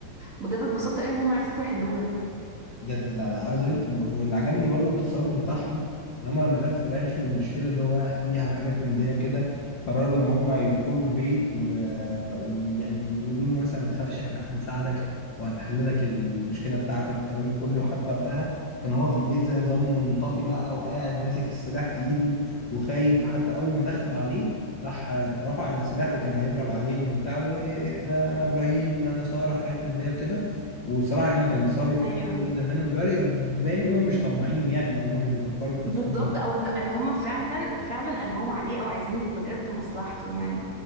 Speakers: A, on the right (about 20°); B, on the left (about 40°).
A: بجد اتبسطت قوي ان هم عرفوا يحلوها
B: بجد لا لا عايز اقول لك واللي عجبني برضو التصرف بتاعهم ان هم لما عرفوا في الاخر المشكله اللي هو واقع فيها حاجات من دي وكده قرروا ان هم يروحوا له البيت و- ويعني يقولوا له مثلا ما تخافش احنا هنساعدك وهنحل لك المشكله بتاعتك الكلام ده كله حتى وقتها كان هو في البيت زي نظام منطفي بقى وقاعد ماسك السلاح في ايده وخايف حتى اول ما دخلوا عليه راح رفع السلاح وكان هيضرب عليهم وبتاع له ايه اهدى انا ابراهيم انا ساره حاجات من دي وكده وصراحة يعني كان تصرف
A: ايوه
B: حلو جدا منهم بيوري باين ان هم مش طماعين يعني او هم مش بيفكروا في
A: بالظبط
B: نفسهم بس
A: او ان ان هم فعلا فعلا قلبهم عليه او عايزين بجد مصلحته يعني